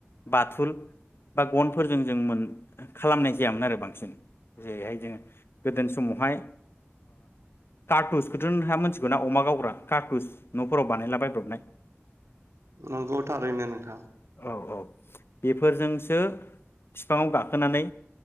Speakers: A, on the left; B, on the right.
A: बाथुल बा गनफोरजों जों मोन खालामनाय जायामोन आरो बांसिन। जेरैहाय जोङो गोदो समावहाय कारटुसखौथ' नोंहा मिथिगौ ना अमा गावग्रा कार्टुस न'फोराव बानायला बायब्रबनाय
B: नंगौ थारैनो नोंथां।
A: औ औ बेफोरजोंसो बिफाङाव गाखोनानै